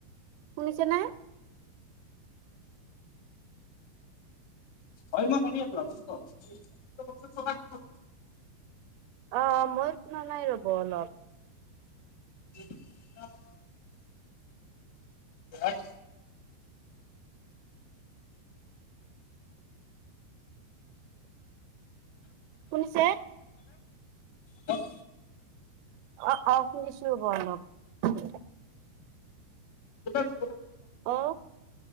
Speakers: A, on the right (about 80°); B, on the left (about 75°).
A: শুনিছে নে
B: হই মই শুনি আছো আপুনি কক
A: অ মই শুনা নাই ৰ'ব অলপ
B: <inaudible> এক
A: শুনিছে?
B: কত
A: অ অ শুনিছো ৰ'ব অলপ
B: বিকশ
A: অ